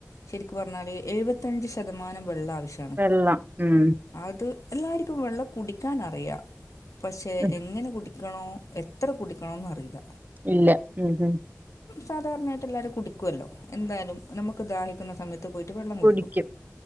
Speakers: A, on the left; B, on the right.
A: ശരിക്ക് പറഞ്ഞാല് എഴുപത്തഞ്ച് ശതമാനം വെള്ള ആവശ്യാണ്
B: വെള്ളം ഉം
A: അത് എല്ലാർക്കും വെള്ളകുടിക്കാനറിയാ പക്ഷേ
B: ഉം
A: എങ്ങനെ കുടിക്കണോ എത്ര കുടിക്കണോന്നറീല്ല
B: ഇല്ല ഉം ഉം
A: സാധാരണായിട്ടെല്ലാരും കുടിക്കൊല്ലോ എന്താലും നമ്മക്ക് ദാഹിക്കുന്നസമയത്ത് പോയി ട്ട് വെള്ളംകുടിക്കും
B: കുടിക്കും